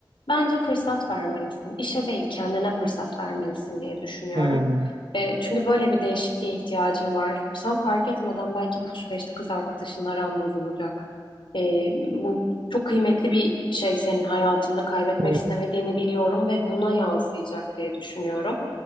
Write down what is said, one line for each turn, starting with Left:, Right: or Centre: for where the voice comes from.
Left: Bence fırsat vermelisin. İşe değil, kendine fırsat vermelisin diye düşünüyorum.
Right: Hmm,
Left: E, çünkü böyle bir değişikliğe ihtiyacın var. Sen fark etmeden belki bu süreçte kız arkadaşınla aran bozulacak. E, bu çok kıymetli bir şey senin hayatında kaybetmek
Right: hı
Left: istemediğini
Right: hı,
Left: biliyorum ve buna yansıyacak diye düşünüyorum.